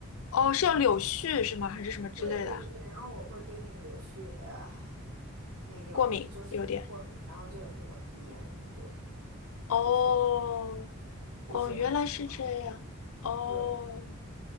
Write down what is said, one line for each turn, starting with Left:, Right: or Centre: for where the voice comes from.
Left: 哦，是有柳絮是吗？还是什么之类的啊
Right: 对对对，然后我会对那个柳絮，呃没有，
Left: 过敏有点。
Right: 就是过敏，然后就有那个鼻炎，我就
Left: 哦
Right: 不是不是很喜欢，
Left: 哦，原来是这样。哦
Right: 对，